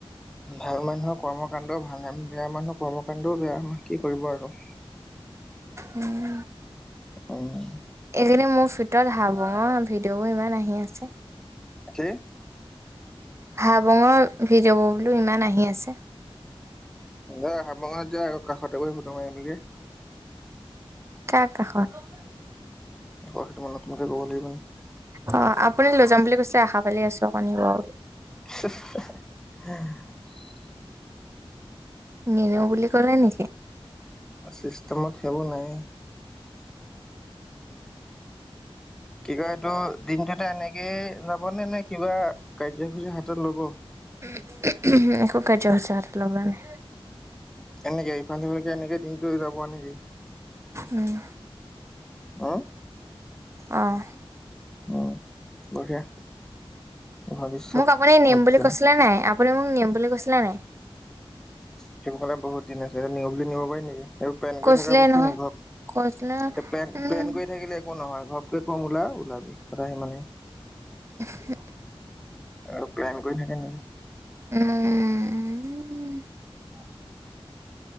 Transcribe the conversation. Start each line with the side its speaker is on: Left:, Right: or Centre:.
Centre: ভাল মানুহৰ কৰ্মকাণ্ড ভাল ন বেয়া মানুহৰ কৰ্মকাণ্ডও বেয়া কি কৰিব আৰু।
Right: উম।
Centre: উম'।
Right: সেইকাৰিনি মোৰ ভিতৰত হাবুঙৰ ভিডিঅ' বোৰ ইমান আহি আছে।
Centre: কি?
Right: হা বঙৰ ভিডিঅ'বোৰ বোলো ইমান আহি আছে।
Centre: অ, হাবঙত যোৱা আকৌ কাষতে গৈ ফুটো মাৰিবলৈ।
Right: কাৰ কাষত?
Centre: সেইটো মই নতুনকে ক'ব লাগিব নেকি?
Right: অ' আপুনি লৈ যাম বুলি কৈছে, আশা পালি আছো আপুনি নিব বুলি।
Centre: <inaudible>
Right: নিনিও বুলি ক'লে নেকি
Centre: চিষ্টেমত সেইবোৰ নাই। কি কয়, এইটো দিনটোতে এনেকে যাব নে, নে কি, কিবা কাৰ্যসূচী হাতত ল'ব।
Right: উ, হুম। একো কৰ্যখুচি হাতত লবলে নাই।
Centre: এনেকে ইফাল সিফালকে এনেকে দিনটো যাব নেকি।
Right: উম।
Centre: হা।
Right: অহ।
Centre: উম, বঢ়িয়া। ভৱিষ্যত
Right: মোক আপুনি নিম
Centre: উজ্জ্বল
Right: বুলি কৈছিলে নে নাই, আপুনি মোক নিম বুলি কৈছিলে নে নাই?
Centre: সেইবোৰ কাৰণে বহুত দিন আছে, নিও বুলি নিব পাৰি নেকি, এইবোৰ প্লেন কৰি
Right: কৈছিলে
Centre: থকা বস্তু
Right: নহয়
Centre: নিকি ঘৰত।
Right: কৈছিলে
Centre: পেন-পেন
Right: উম
Centre: কৰি থাকিলে একো নহয়, ঘপকে কম ওলা, ওলাবি কথা সিমানেই।
Right: <inaudible>
Centre: আৰু প্লেন কৰি থাকে, নেকি।
Right: উ'ম।